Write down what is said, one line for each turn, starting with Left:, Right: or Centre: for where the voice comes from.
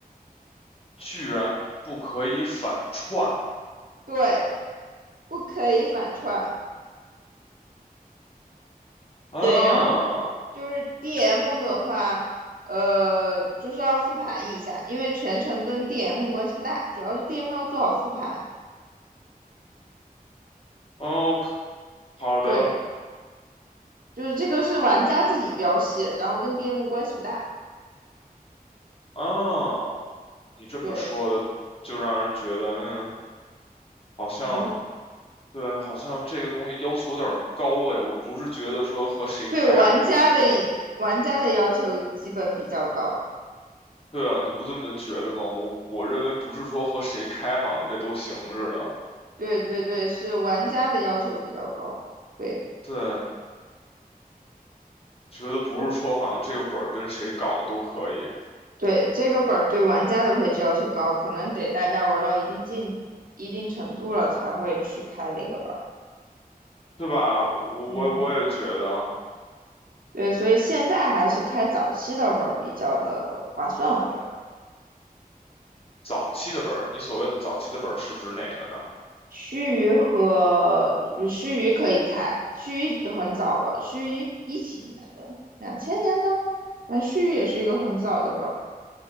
Left: 居然不可以反串
Right: 对，不可以反串。
Left: 啊
Right: 对，然后就是 DM 的话，呃，就是要复盘一下，因为全程跟 DM 关系不大，主要是 DM 要做好复盘。
Left: 哦，好的
Right: 对，就是这个是玩家自己标系，然后跟 DM 关系不大。
Left: 啊，你这么说的，
Right: 对，
Left: 就让人觉得，嗯，好像
Right: 我们
Left: 对，好像这个东西要求有点儿高哎。我不是觉得说和谁开好像都行，
Right: 对玩家的玩家的要求基本比较高。
Left: 对啊，你不这么觉得吗？我我认为不是说和谁开好像这都行似的，
Right: 对对对，是玩家的要求比较高。对，
Left: 对，觉得不是说好像这个本儿跟谁搞都可以，
Right: 我对这个本儿对玩家的配置要求高，可能得大家玩到一定进一定程度了才会去开的一个本儿。
Left: 对吧？我我我也觉得。
Right: 嗯，对，所以现在还是开早期的本儿比较的划算，我觉得。
Left: 早期的本儿，你所谓的早期的本儿是指哪个呢？
Right: 须臾和嗯须臾可以开，须臾很早了，须臾一一几年的，两千年的，那须臾也是一个很早的本儿。